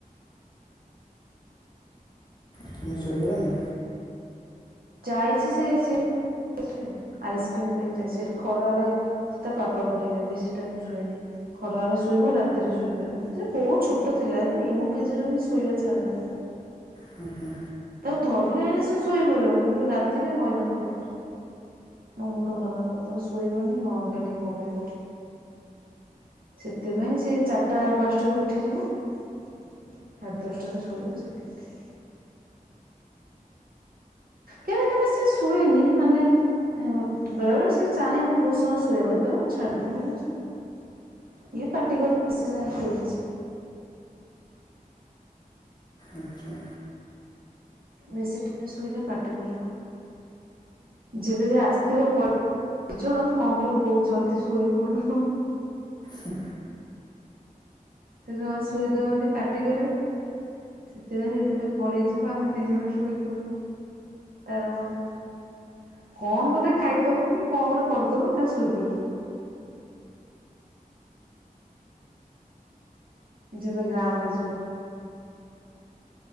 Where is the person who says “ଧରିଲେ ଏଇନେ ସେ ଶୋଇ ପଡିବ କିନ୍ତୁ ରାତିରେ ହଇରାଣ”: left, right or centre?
Right